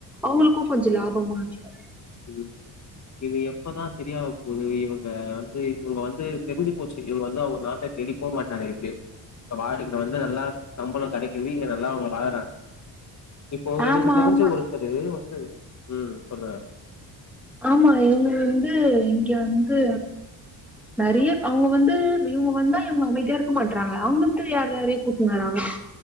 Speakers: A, in the centre; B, on the left.
A: அவுங்களுக்கு
B: ம்
A: கொஞ்ச லாபமா இரு
B: ம் இது எப்பதான் செரியாக போது இவங்க வந்து இவங்க வந்து தெரிஞ்சி போச்சி இவங்க வந்து அவுங்க நாட்ட தேடிபோ மாட்டாங்க எப்டியு வா இங்க வந்து நல்லா சம்பளம் கெடைக்குது இங்க நல்லா அவுங்க வாழறாங்க இப்போ
A: ஆமா
B: எனக்கு தெரிஞ்ச
A: ஆமா
B: ஒருத்தரு வந்து ம் சொல்லுங்க
A: ஆமா இவங்க வந்து இங்க வந்து நறையா அவுங்க வந்து இவுங்க வந்தா இவங்க அமைதியா இருக்க மாட்றாங்க அங்கிந்து யார் யாரையோ கூப்ட்னு வறாங்க